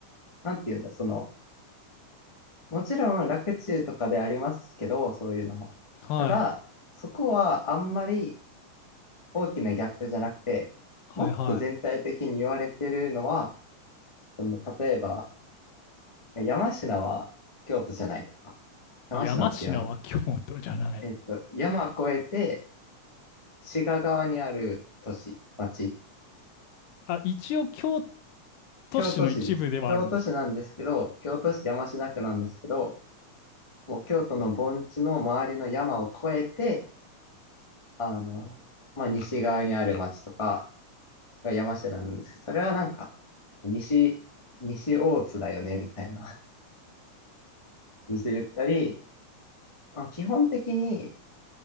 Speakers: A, on the left; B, on the left.
A: なんて言うんだ、その、もちろん楽中とかでありますけど、そういうのは。
B: はい。
A: ただ、そこはあんまり大きなギャップじゃなくて、
B: はいは
A: もっと全体的に言われてるのは、その、例えば、山科は京都じゃないとか、山科っていうあの、
B: い。山科は京都じゃない。
A: えっと、山越えて、滋賀側にある都市、町、
B: あ、一応京都市の一部ではあるんですか
A: 京都市です。京都市なんですけど、京都市山科区なんですけど、もう京都の盆地の周りの山を越えて、あの、まあ、西側にある町とかが山下なんですけど、それはなんか、西、西大津だよね、みたいな感じで言ったり、まあ、基本的に、